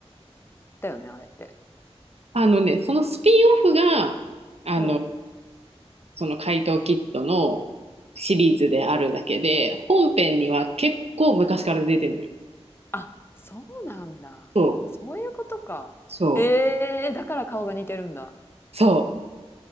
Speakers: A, on the left; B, on the right.
A: だよね、あれって。
B: あのね、そのスピンオフが、あの、
A: うん。
B: その怪盗キットのシリーズであるだけで、本編には結構昔から出てるのよ。
A: あ、そうなんだ。
B: そう、
A: そういうことか。
B: そう、
A: えー、だから顔が似てるんだ。
B: そう。